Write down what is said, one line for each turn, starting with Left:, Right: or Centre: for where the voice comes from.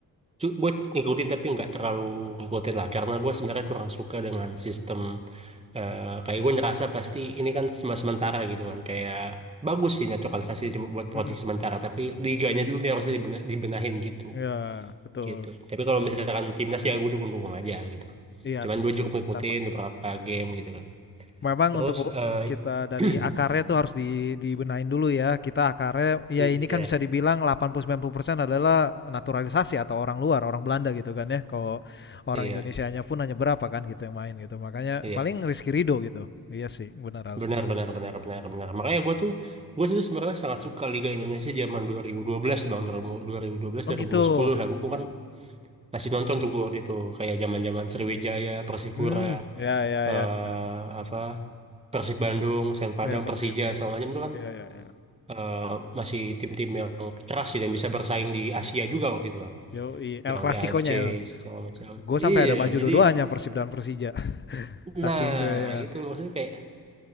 Right: gue ngikutin tapi nggak terlalu ngikutin lah karena gue
Left: Hmm.
Right: sebenarnya kurang suka dengan sistem eh, kayak gue ngerasa pasti ini kan cuma sementara gitu kan kayak bagus sih naturalisasi cuma buat proyek
Left: Mm-mm.
Right: sementara tapi liganya dulu nih harusnya dibena- dibenahin gitu
Left: Iya, betul.
Right: gitu tapi kalau misalkan timnas ya gue dukung-dukung aja gitu
Left: Iya
Right: cuman
Left: sih,
Right: gue cukup ngikutin
Left: sama.
Right: beberapa game gitu kan
Left: memang
Right: Terus
Left: untuk
Right: eh
Left: kita dari
Right: <clears throat>
Left: akarnya tuh harus di, dibenahin dulu ya. Kita akarnya ya
Right: iya
Left: ini kan bisa dibilang 80-90% adalah naturalisasi atau orang luar, orang Belanda gitu kan ya. Kalau orang
Right: iya
Left: Indonesianya pun hanya berapa kan gitu yang main gitu. Makanya
Right: iya
Left: paling Rizky Ridho gitu. Iya sih, benar harus
Right: benar
Left: dibenahin.
Right: benar benar benar benar. Makanya gue tuh gue tuh sebenarnya sangat suka Liga Indonesia zaman dua dua ribu dua belas bang 2012
Left: Oh
Right: 2010
Left: gitu.
Right: lah. Gue
Left: Gitu.
Right: kan masih nonton tuh gue waktu itu kayak zaman zaman Sriwijaya, Persipura,
Left: Hmm, ya ya
Right: eh
Left: ya ya.
Right: apa Persib Bandung, Sen Padang,
Left: Ya Persib
Right: Persija
Left: ya.
Right: segala macam tuh kan
Left: Ya ya ya.
Right: eh, masih tim-tim yang keras sih dan bisa bersaing di Asia juga waktu itu kan.
Left: Yo, El
Right: Yang
Left: Clasico-nya.
Right: di AFC segala macam.
Left: Gue sampai
Right: Iya
Left: ada baju
Right: jadi
Left: dua-duanya Persib dan Persija. <laughs> Saking
Right: Nah,
Left: itu ya.
Right: itu maksudnya kayak